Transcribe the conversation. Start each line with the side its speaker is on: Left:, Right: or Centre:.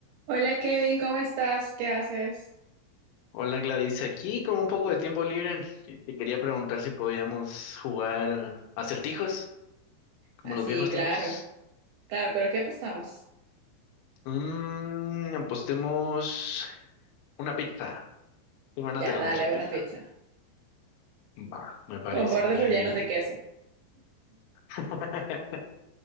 Right: Hola Kevin, ¿cómo estás? ¿Qué haces?
Left: Hola Gladys, aquí con un poco de tiempo libre, y te quería preguntar si podíamos jugar acertijos, como
Right: Así, Ah,
Left: en los
Right: sí,
Left: viejos
Right: claro.
Left: tiempos.
Right: Claro, pero ¿qué apostamos?
Left: Mm, apostemos una pizza. Tengo ganas
Right: Ya,
Left: de almorzar
Right: dale,
Left: pizza.
Right: una pizza.
Left: Va, me parece.
Right: Con bordes
Left: Y-
Right: rellenos de queso.
Left: <laughs>